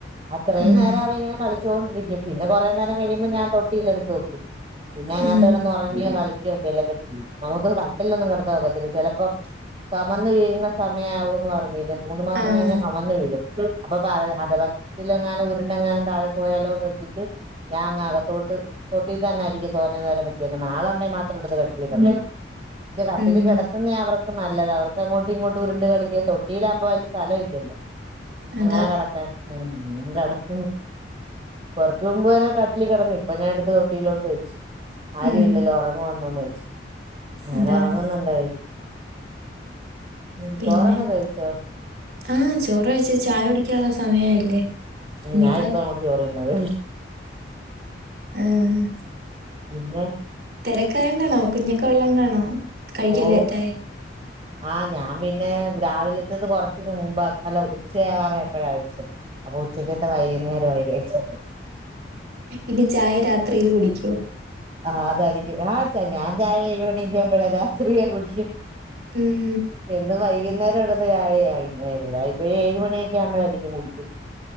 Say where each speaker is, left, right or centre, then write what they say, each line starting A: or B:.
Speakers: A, on the right (about 30°); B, on the right (about 55°).
A: അത്രയും
B: ഉം
A: നേരം അവൻ ഇങ്ങനെ കളിച്ചോണ്ടിരിക്കും പിന്നെ കൊറേ നേരം കഴിയുമ്പോ ഞാൻ തൊട്ടിയിൽ എടുത്ത് വെക്കും. പിന്നെ അയിനാത്ത്
B: ഉം
A: കെടന്ന് ഉറങ്ങിയോ കളി <unintelligible> നമുക്കത് കട്ടിലിലൊന്നും കെടത്താൻ ഒക്കത്തില്ല, ചെലപ്പം കമന്ന് വീഴുന്ന സ മയായാകുന്ന് പറഞ്ഞില്ലേ മൂന്ന് മാസം
B: ആഹ്
A: കഴിഞ്ഞ കമന്നു വീഴും, അപ്പ <unintelligible> ട്ടിലെങ്ങാനും ഉരുണ്ടെങ്ങാനും താഴെ പോയാലോന്ന് വെച്ചിട്ട് ഞാങ്ങാകത്തോട്ട് തൊട്ടീ തന്നെ അരിക തോന്നേ നേരം വെച്ചേക്കുന്നേ ആളെ ഉണ്ടെ മാത്രം എടുത്ത് കട്ടിലി <inaudible> പക്ഷേ കട്ടിലിൽ
B: ഉം
A: കെടത്തുന്നെ അവർക്ക് നല്ലതാ, അവർക്ക് അങ്ങോട്ടും ഇങ്ങോട്ട് ഉരുണ്ട് കളിക്ക തൊട്ടിലാവുമ്പോ അയില് സ്ഥലം ഇല്ല
B: അതാ
A: അങ്ങനെ കെടക്കാൻ. ഉം നമ്മുടെ അട്ത്ത് കൊറച്ചു മുമ്പു വരേ കട്ട്ലി കെടന്നി അപ്പ ഞാൻ എടുത്ത് തൊട്ടിയിലോട്ട് വെച്ചു ആരും
B: ഉം
A: ഇല്ലല്ലോ ഉറങ്ങുവാന്നുന്ന് വെച്ചു. അങ്ങനെ
B: അതാണ്
A: ഒറങ്ങുന്നുണ്ടായില്, ഉം
B: പിന്നെ
A: ചോറൊക്കെ കഴിച്ചോ?
B: ആഹ് ചോറ് കഴിച്ച് ചായ കുടിക്കാനുള്ള സമയായില്ലേ.
A: ഉം
B: ഇനിപ്പോ
A: ഞാൻ ഇപ്പ അങ്ങോട്ട് ചോറ് തിന്നതേ ഉള്ളൂ
B: ആഹ്
A: പിന്നെ
B: തെരക്കായോണ്ടാണോ കുഞ്ഞൊക്കെ ഉള്ളോണ്ടാണോ കഴിക്കാൻ
A: ഓ
B: ലേറ്റായെ.
A: ആഹ് ഞാൻ പിന്നെ രാവിലത്തത് കൊറച്ചന് മുമ്പ അല്ല ഉച്ചയാകാറായപ്പഴാ കഴിച്ചെ. അപ്പോ ഉച്ചയ്ക്കത്തെ വൈകുന്നേരവായി കഴിച്ചപ്പം.
B: ഇനി ചായ രാത്രിയില് കുടിക്കോ?
A: ആഹ് അതായിരിക്കും ആഹ് ച ഞാൻ ചായ ഏഴ് മണിക്കെപ്പഴക്കെ ഇച്ചിരിയെ കുടിക്കും
B: ഉം
A: <unintelligible> വൈകുന്നേ കെടന് രവിലെ ആയില്ലേ എല്ലായ്‌പ്പോഴും ഏഴ് മണിയൊക്കെ ആമ്പരായിരിക്കും കുടിക്കുന്നെ